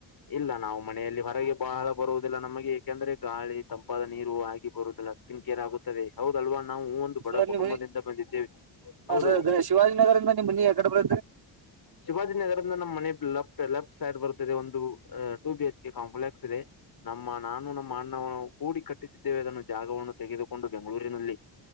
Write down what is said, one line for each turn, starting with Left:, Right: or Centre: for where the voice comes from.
Left: ಇಲ್ಲ ನಾವು ಮನೆಯಲ್ಲಿ ಹೊರಗೆ ಬಹಳ ಬರುವುದಿಲ್ಲ ನಮಗೆ ಏಕೆಂದ್ರೆ ಗಾಳಿ ತಂಪಾದ ನೀರು ಆಗಿ ಬರುವುದ್ ಲ್ಲ ಸ್ಕಿನ್ ಕೇರ್ ಆಗುತ್ತದೆ. ಹೌದಲ್ವಾ ನಾವು ಒಂದು ಬಡ
Right: ಸರ್
Left: ಕುಟುಂಬದಿಂದ
Right: ನಿಮ್ಮ ಮನಿ
Left: ಬಂದಿದ್ದೇವೆ ಹೌದು
Right: ಸರ್ ಶಿವಾಜಿನಗರದಿಂದ ನಿಮ್ ಮನಿ ಯಾಕಡೆ ಬರತ್ರಿ
Left: ಶಿವಾಜಿನಗದಿಂದ ನಮ್ಮ್ ಮನೆ ಲೆಫ್ಟ್ ಲೆಫ್ಟ್ ಸೈಡ್ ಬರ್ತಿದೆ ಒಂದ್ two B H K complex ಇದೆ ನಮ್ಮ ನಾನು ನಮ್ಮ ಅಣ್ಣ ಕೂಡಿ ಕಟ್ಟಿಸಿದ್ದೇವೆ ಅದನ್ನು ಜಾಗವ ವನ್ನು ತೆಗೆದುಕೊಂಡು ಬೆಂಗಳೂರಿನಲ್ಲಿ